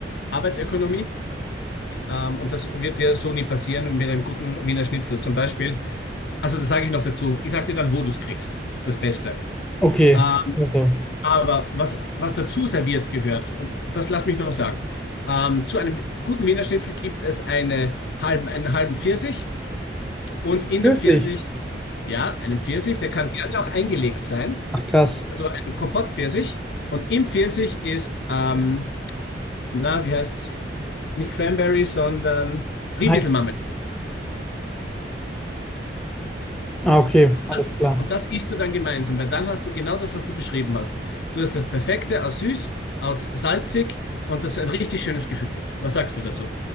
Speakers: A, on the left (about 60°); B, in the centre.
A: Arbeitsökonomie, ähm, und das wird dir so nie passieren mit einem guten Wiener Schnitzel. Zum Beispiel Also, das sage ich noch dazu. Ich sage dir dann, wo du es kriegst. Das Beste.
B: Okay,
A: Ähm,
B: also
A: aber was, was dazu serviert gehört, und das lass mich noch sagen, ähm, zu einem guten Wiener Schnitzel gibt es eine halben, einen halben Pfirsich und in
B: Pfirsich.
A: dem Pfirsich, ja, einen Pfirsich, der kann gerne auch eingelegt sein,
B: Ach krass.
A: also ein Kompottpfirsich. Und im Pfirsich ist, ähm, na, wie heißt's? Nicht Cranberry, sondern Ribiesel.
B: Hi. Ah, okay,
A: Das,
B: alles klar.
A: und das isst du dann gemeinsam, weil dann hast du genau das, was du beschrieben hast. Du hast das Perfekte aus süß, aus salzig und das ein richtig schönes Gefühl gibt. Was sagst du dazu?